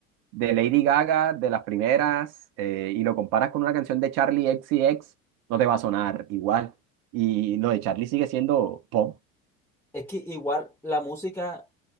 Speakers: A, on the right (about 50°); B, in the centre.
A: de Lady Gaga, de las primeras, eh, y lo comparas con una canción de Charlie X C X no te va a sonar igual. Y lo de Charlie sigue siendo pop.
B: Es que igual la música